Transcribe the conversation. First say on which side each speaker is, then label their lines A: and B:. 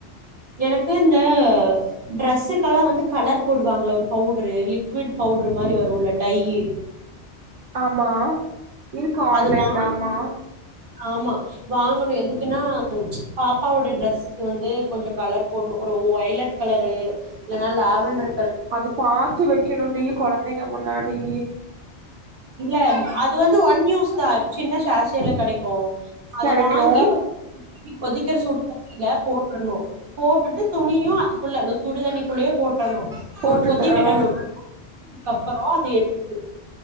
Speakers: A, on the right (about 50°); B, on the right (about 75°).
A: எனக்கு இந்த ட்ரெஸ்ஸுக்கல்லா வந்து கலர் போடுவாங்ள ஒரு பவுட்ரு லிக்விட் பவுட்ரு மாரி வருல்ல டையி
B: ஆமா இருக்கு ஆன்லைன்ல
A: அது வாங்கி
B: ஆமா
A: ஆமா வாங்கணு எதுக் க்குன்னா பாப்பாவோட ட்ரெஸ்சுக்கு வந்து கொஞ்சோ கலர் போடணு ஒரு ஒ ஒய்லட் கலரு இல்லனா லாவண்ட்ரு
B: அது பாத்து வெக்கணுன்டி கொழந்திங்க முன்னாடி
A: இல்ல அது வந்து ஒன் யூஸ் தா சின்ன ஷா ஷேல கெடைக்கு அத
B: கெடைக்கு
A: வாங்கி கொதிக்குற சுடுதண்ணில போட்றணு போட்டுட்டு துணியு துக்குள்ள அந்த சுடுதண்ணிக்குள்ளயே போட் டணு
B: போட்டுட்டு
A: ஒரு கொதி விடணு
B: ஆ
A: அதுக்கபுறோ அத எடுத்து